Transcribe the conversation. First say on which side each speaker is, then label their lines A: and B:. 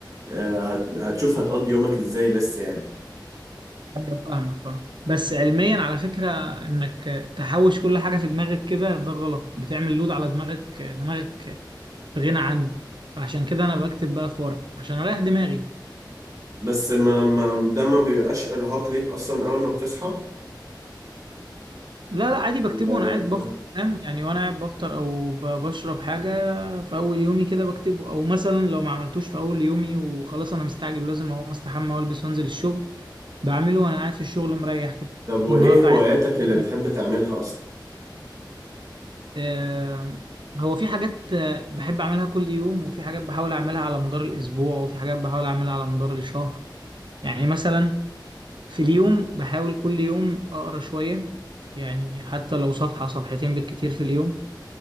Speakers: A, on the right; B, on the right.
A: هت... هتشوف هتقضي يومك ازاي لسه يعني
B: ايوه فاهمك فاهم بس علميا على فكره انك تحوش كل حاجه في دماغك كده ده غلط بتعمل لود على دماغك دماغك بغنى عنه فعشان كده انا بكتب بقى في ورق عشان اريح دماغي
A: بس ما... ما... ده ما بيبقاش ارهاق ليك اصلا اول ما بتصحى آه،
B: لا لا عادي بكتبه
A: آه.
B: وانا قاعد بفطر فاهم يعني وانا قاعد بفطر او ب- بشرب حاجه في اول يومي كده بكتبه او مثلا لو ما عملتوش في اول يومي وخلاص انا مستعجل لازم اقوم استحمى والبس وانزل الشغل بعمله وانا قاعد في الشغل مريح كده
A: طب وايه
B: ده النهارده
A: هواياتك
B: عايز أعمل
A: اللي بتحب تعملها اصلا
B: آه، هو في حاجات آه، بحب أعملها كل يوم وفي حاجات بحاول أعملها على مدار الأسبوع وفي حاجات بحاول أعملها على مدار الشهر يعني مثلا في اليوم بحاول كل يوم أقرأ شوية يعني حتى لو صفحة صفحتين بالكتير في اليوم